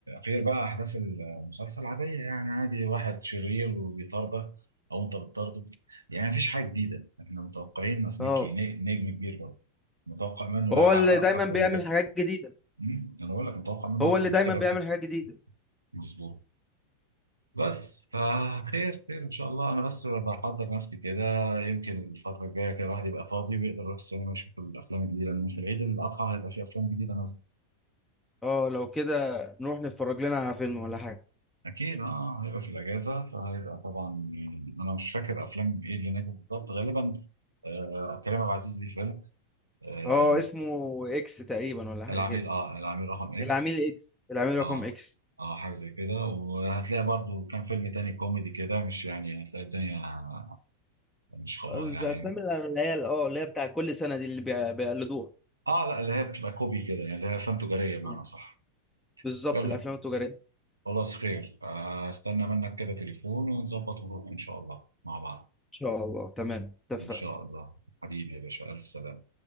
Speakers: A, on the right (about 80°); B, in the centre.
A: غير بقى احداث المسلسل عاديه يعني عادي واحد شرير وبيطاردك او انت بتطارده يعني مفيش حاجه جديده احنا متوقعين ناس
B: اه
A: مكي ن- نجم كبير برضه متوقع منه
B: هو
A: لا أ-
B: اللي دايما
A: أ- اكتر
B: بيعمل
A: من كده
B: حاجات جديدة
A: أمم، انا بقول لك متوقع منه
B: هو
A: اكتر
B: اللي
A: من
B: دايما
A: كده
B: بيعمل
A: بكتير
B: حاجات جديدة
A: مظبوط بس فخير خير ان شاء الله انا بس بحضر نفسي كده يمكن الفتره الجايه كده الواحد يبقى فاضي ويقدر يروح السينما يشوف الافلام الجديده لان في العيد الاضحى هيبقى في افلام جديده نازله
B: اه لو كده نروح نتفرج لنا على فيلم ولا حاجة
A: اكيد اه آه، هيبقى في الاجازه فهيبقى طبعا يعني انا مش فاكر افلام ايه اللي نازل بالظبط غالبا آه كريم عبد العزيز ليه فيلم آه
B: اه اسمه اكس تقريبا ولا حاجة
A: العميل
B: كده
A: اه العميل رقم اكس
B: العميل اكس العميل رقم
A: اه
B: اكس
A: اه حاجه زي كده وهتلاقي برضو كان فيلم تاني كوميدي كده مش يعني هتلاقي الدنيا مش خلاص
B: الافلام
A: يعني
B: اللي هي اه اللي هي بتاع كل سنه دي اللي بي- بيقلدوها
A: اه لا اللي هي بتبقى كوبي كده يعني اللي هي افلام تجاريه بمعنى
B: آه.
A: صح
B: بالظبط
A: يلا
B: الافلام التجاريه ان
A: خلاص خير آه، استنى منك كده تليفون ونظبط ونروح ان شاء الله مع بعض
B: شاء الله تمام اتفقنا
A: ان شاء الله حبيبي يا باشا الف سلامه